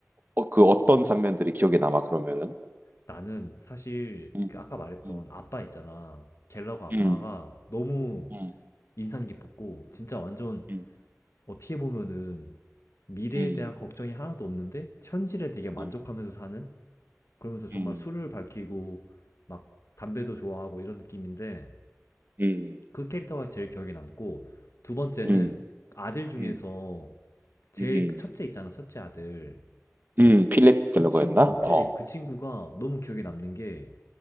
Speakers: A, on the right; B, on the left.
A: 어, 그 어떤 장면들이 기억에 남아, 그러면은?
B: 나는 사실
A: 음,
B: 그 아까 말했던
A: 음,
B: 아빠 있잖아. 갤러거 아빠가
A: 음,
B: 너무
A: 음,
B: 인상 깊었고 진짜 완전
A: 음,
B: 어떻게 보면은 미래에
A: 음,
B: 대한 걱정이 하나도 없는데 현실에 되게 만족하면서
A: 음,
B: 사는 그러면서 정말
A: 음,
B: 술을 밝히고 막 담배도 좋아하고 이런 느낌인데
A: 음,
B: 그 캐릭터가 제일 기억에 남고 두 번째는
A: 음,
B: 아들 중에서
A: 음,
B: 제일
A: 음,
B: 첫째 있잖아 첫째 아들
A: 음, 필립
B: 그
A: 갤러거였나?
B: 친구 어 필립
A: 어.
B: 그 친구가 너무 기억에 남는 게